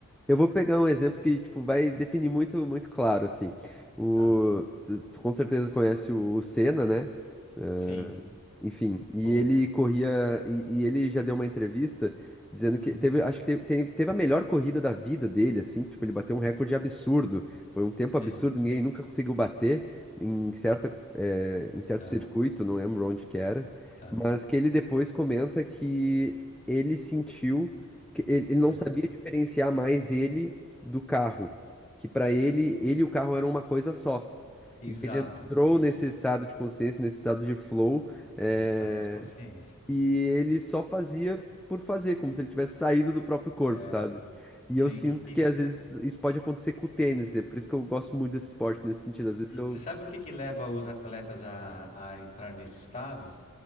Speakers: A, in the centre; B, on the left (about 35°).
A: eu vou pegar um exemplo que, tipo, vai definir muito, muito claro, assim. O,
B: tá,
A: tu, tu com certeza conhece o, o Senna, né? Eh,
B: sim,
A: enfim, e
B: pô,
A: ele corria, e, e ele já deu uma entrevista dizendo
B: uhum,
A: que teve, acho que teve, teve, teve a melhor corrida da vida dele, assim, tipo, ele bateu um recorde absurdo, foi um tempo
B: sei,
A: absurdo, ninguém nunca conseguiu bater em certa, eh, em certo
B: tá,
A: circuito, não lembro onde que era,
B: tá,
A: mas que ele depois comenta que ele sentiu que Ele ele não
B: aham.
A: sabia diferenciar mais ele do carro, que para ele, ele e o carro eram uma coisa só.
B: Exato,
A: E que ele entrou
B: isso,
A: nesse estado de consciência, nesse estado de flow, eh,
B: é estado de consciência,
A: e ele só fazia por fazer, como se ele tivesse saído do próprio corpo,
B: é,
A: sabe?
B: sim,
A: E eu sinto
B: isso,
A: que às vezes isso pode acontecer com o tênis, é por isso que eu gosto muito desse esporte nesse sentido. Às vezes eu.
B: você sabe o que que leva os atletas a, a entrar nesse estado?